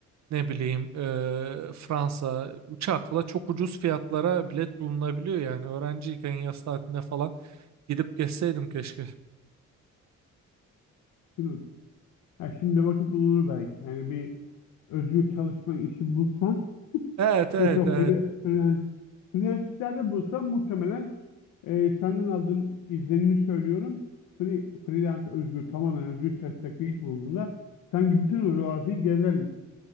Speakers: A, on the right; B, on the left.
A: ne bileyim eee, Fransa uçakla çok ucuz fiyatlara bilet bulunabiliyor yani öğrenciyken yaz tatilinde falan gidip gezseydim keşke.
B: Değil mi? Ya şimdi vakit bulunur belki. Yani bir özgür çalışma işi bulsan
A: Evet evet
B: Mesela
A: evet
B: fre- fre- freelance'lerde bulsam muhtemelen e, senden aldığım izlenimi söylüyorum. Free, freelance özgür, tamamen özgür çalışacak bir iş bulduğunda sanki bütün o coğrafyayı gezerim.